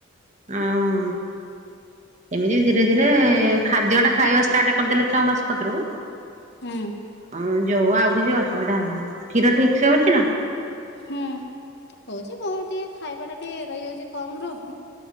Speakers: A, on the right (about 35°); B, on the left (about 55°).
A: ଆଉ ଏମିତି ଧୀରେ ଧୀରେ ଖାଦ୍ୟ ଟା ଖାଇବା ଷ୍ଟାର୍ଟ କରିଦେଲେ ଛଅ ମାସ କଟିରୁ
B: ହୁଁ
A: ହଁ ଯୋଉ ଆଉ କିଛି ଅସୁବିଧା ହବନି। କ୍ଷୀର ଠିକ୍ ସେ ହଉଛି ନା?
B: ହୁଁ ହଉଛି ମୁଁ ଟିକେ ଖାଇବା ଟା ଟିକେ ରହିଯାଉଛି କମ ରୁ